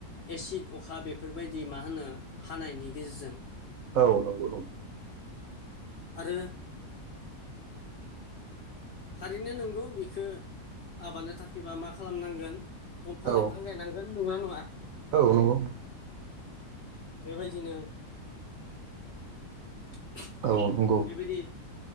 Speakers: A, on the left (about 60°); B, on the right (about 65°).
A: एसिड अखा बेफोरबायदि मा होनो हानायनि गेजेरजों
B: औ नंगौ नंगौ
A: आरो थारैनो नंगौ बेखौ आबादनो थाखायबा मा खालामनांगोन दंफां
B: औ
A: लाइफां गायनां नंगौना नङा
B: औ नंगौ
A: बेबायदिनो <unintelligible>
B: औ नंगौ
A: बेबायदि